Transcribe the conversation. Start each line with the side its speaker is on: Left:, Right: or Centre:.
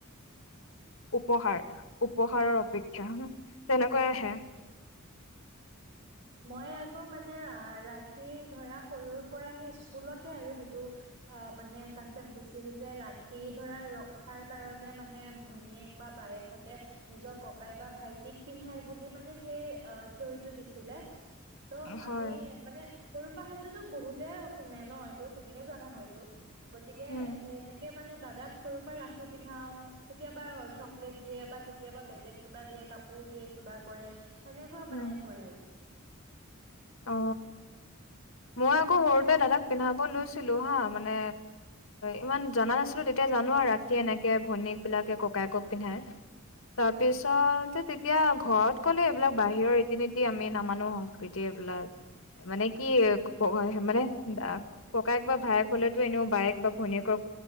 Left: উপহাৰ উপহাৰৰ অপেক্ষা। তেনেকৈ আহে।
Right: মই আকৌ মানে। ৰাখি ধৰা সৰুৰ পৰা সেই স্কুলতে আৰু সেইটো অ মানে কনচেপ্ট দিছিল যে ৰাখি ধৰা ৰক্ষাৰ কাৰণে মানে ভৈনীয়েক বা বায়েকহতে নিজৰ ককাই বা ভাইটিক পিন্ধাই বুলি মানে সেই। ঠিয়ৰিটো দিছিলে। ত আমি
Left: হয়
Right: মানে সৰু পৰা সেইটোতো বহুত। এ শুনে ন এইটো তুমিও জানা হয়তটো। গতিকে
Left: উম
Right: এ সেনেকে মানে। দাদাক সৰুৰ পৰা ৰাখি পিন্ধাও কেতিয়াবা, চকলেট দিয়ে বা কেতিয়াবা বেলেগ কিবা দিয়ে কাপোৰ দিয়ে কিবা কৰে, সেনে। এনেকুৱা মানে
Left: উম
Right: হয় আৰু।
Left: অ, মই আকৌ সৰুতে দাদাক পিন্ধাব লৈছিলো হা মানে ইমান জানা নাছিলো তেতিয়া জানো আৰু ৰাখি এনেকে ভনীয়েক বিলাকে। ককায়েকক পিন্ধাই তাৰপিছত
Right: উম।
Left: তেতিয়া। ঘৰত ক'লে এইবিলাক বাহিৰৰ ৰীতি নীতি আমি নামানো সংস্কৃতি। এইবিলাক মানে কি ক মানে ককায়েক বা ভায়েক হলেতো এনেও বায়েক বা ভনীয়েকক